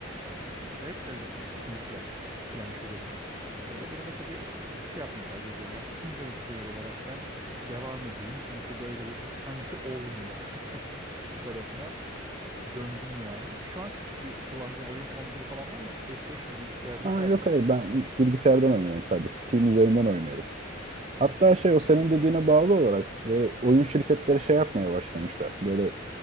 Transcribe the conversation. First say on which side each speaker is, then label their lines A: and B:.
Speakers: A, on the right; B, on the right.
A: yani acayip derecede bir üstünlükle yenmiş oluyor beni. E, o durumda tabii e, şey yapmayı tercih ediyorum ya single player olarak ben devam edeyim. Çünkü böyle bu pek sanki olmuyor <laughs> tarafına döndüm yani. Şu an bir kullandığın oyun konsolu falan var mı? Yani PlayStation bilgisayar
B: Aa,
A: ne tercih
B: yok
A: ediyorsun?
B: hayır ben bilgisayardan oynuyorum sadece. Steam üzerinden oynuyorum. Hatta şey o senin dediğine bağlı olarak böyle oyun şirketleri şey yapmaya başlamışlar. Böyle